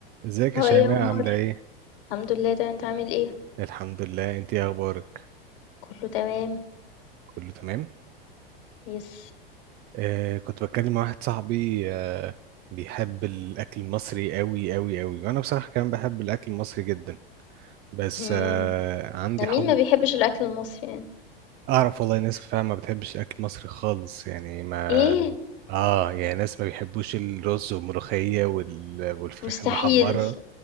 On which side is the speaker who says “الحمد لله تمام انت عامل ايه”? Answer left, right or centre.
Left